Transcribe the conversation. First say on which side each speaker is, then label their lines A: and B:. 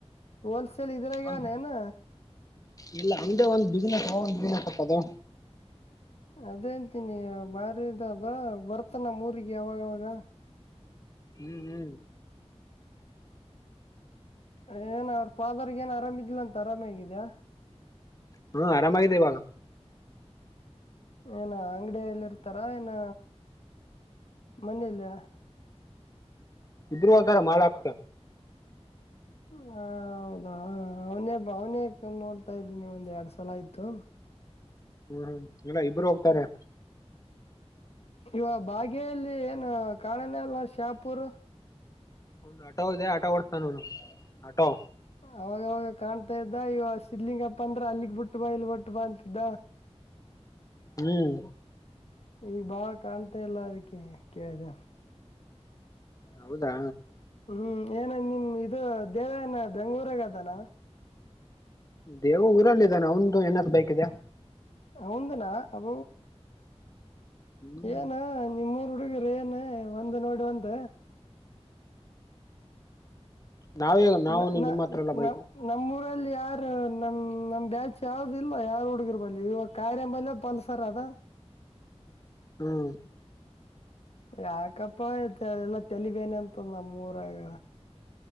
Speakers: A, on the left (about 65°); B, on the left (about 30°).
A: ಹೋಲ್ಸೇಲ್ ಇದ್ರಾಗಾನ
B: ಒಂದ್
A: ಏನ್
B: ಇಲ್ಲ ಅಂಗೆ ಅಒಂದೇ ಒಂದ ಬಿಸ್ನೆಸ್ ಒ ಬಿಸ್ನೆಸ್ ಹತ್ತದು
A: ಅದೇಂತೀನಿ ಬಾರಿದು ಅದ ಬರ್ತನ ಊರಿಗೆ ಯಾವಾಗಾವಾಗ
B: ಹ್ಮ್ ಹ್ಮ್
A: ಏನ ಅವ್ರ ಫಾದರ್ ಏನ್ ಆರಾಮ ಇದಿದಿಲ್ಲ ಅಂತ ಆರಾಮ ಆಗಿದ್ಯಾ
B: ಹ್ಮ ಆರಾಮಾಗಿದೆ ಇವಾಗ
A: ಏನ ಅಂಗಡಿಯಲ್ಲಿ ಇರ್ತಾರಾ ಏನ ಮನೆಲ್ಲಿ
B: ಇಬ್ಬರು ಅದಾರ ಮಾಡಲಾಕ
A: ಹ ಹೌದಾ ಅವನೇ ಅವನೇ ನೋಡ್ತಾ ಇದ್ದೀನಿ ಒಂದ್ ಎರಡ್ ಸಲ ಆಯ್ತು
B: ಹ್ಮ್ ಹ್ಮ್ ಇಲ್ಲ ಇಬ್ರು ಹೋಗ್ತಾರೆ
A: ಇವ ಬಾಗೇಲ್ಲಿ ಏನು ಕಾಡಾನೆ ಅಲ್ಲ ಶ್ಯಾಪುರು
B: ಒಂದು ಆಟೋ ಇದೆ ಆಟೋ ಓಡಸ್ತಾನ ಆಟೋ
A: ಅವಾಗವಾಗ ಕಾಣ್ತಾ ಇದ್ದ ಇವ ಸಿದ್ಲಿಂಗಪ್ಪ ಅಂದ್ರ ಅಲ್ಲಿಗ್ ಬಿಟ್ಟು ಬಾ ಇಲ್ಲಿ ಗೆ ಬಿಟ್ಟ ಬಾ ಅಂತಿದ್ದ
B: ಹ್ಮ್
A: ಈಗ ಬಾಳ ಕಾಣ್ತಾ ಇಲ್ಲ ಅದಕ್ಕೆ ಕೇಳಿದೆ
B: ಹೌದಾ
A: ಹ್ಮ್ ಏನ ನಿಮ್ ಇದು ದೇವಾನ ಬೆಂಗಳುರಾಗ ಅದಾನ
B: ದೇವು ಊರಲ್ಲಿ ಇದಾನ ಅವಂದು ಏನ್ರ ಬೇಕಿದೇಯಾ
A: <unintelligible>
B: ಹ್ಮ್
A: ಏನ ನಿಮ್ಮೂರ ಹುಡುಗ ಏನ್ ಒಂದ ನೋಡಿ ಒಂದ
B: ನಾವೇ ನಾವು
A: ನ
B: ನಿಮ್ಮ
A: ನ
B: ಹತ್ರ ಎಲ್ಲ ಬೈಕು
A: ನ ನಮ್ಮ್ಊರಲ್ಲಿ ಯಾರ ನಮ ನಮ್ ಬ್ಯಾಚ್ ಯಾವ್ದ ಇಲ್ ಯಾರ ಹುಡ್ಗರ್ ಬಲ್ಲಿಯ ಇವಾಗ ಕಾಯರೆಂಬಲ್ ಪಲ್ಸರ್ ಅದ
B: ಹ್ಮ್
A: ಯಾಕಪ್ಪ ತಲಿಬೇನೆ ಅಂತ ನಮ್ಮೂರಾಗ